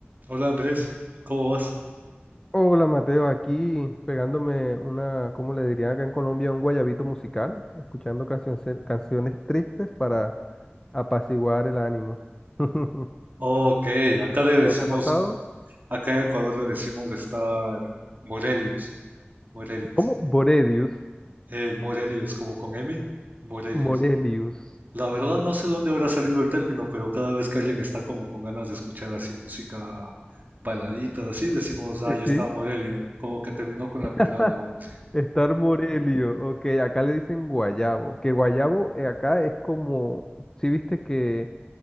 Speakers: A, on the right (about 50°); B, on the left (about 20°).
A: Hola Andrés, ¿cómo vas?
B: Hola Mateo, aquí pegándome una, ¿cómo le dirían acá en Colombia? Un guayabito musical, escuchando canciones, canciones tristes para apaciguar el ánimo. <laughs>
A: Ok, acá le decimos,
B: ¿No te ha pasado?
A: acá en Ecuador le decimos estar Morelios, Morelios,
B: ¿Cómo? Borelius,
A: eh, Morelios, como con M, Morelios.
B: Morelius.
A: La verdad no sé dónde habrá salido el término, pero cada vez que alguien está como con ganas de escuchar así música baladita, así decimos, ah,
B: Sí,
A: ya está
B: sí.
A: Morelio, ¿no? Como que terminó con la
B: <laughs>
A: pelada o algo así.
B: Estar Morelio, ok, acá le dicen guayabo, que guayabo eh, acá es como, si viste que